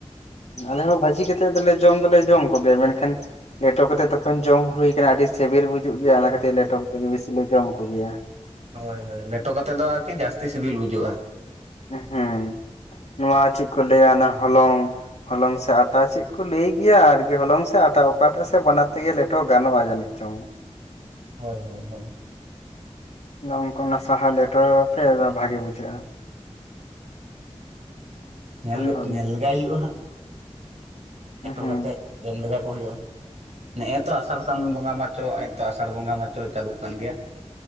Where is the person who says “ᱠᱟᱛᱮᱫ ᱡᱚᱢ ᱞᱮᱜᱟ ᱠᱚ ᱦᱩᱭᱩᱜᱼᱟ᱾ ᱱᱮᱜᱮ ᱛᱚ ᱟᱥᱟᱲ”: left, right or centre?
Right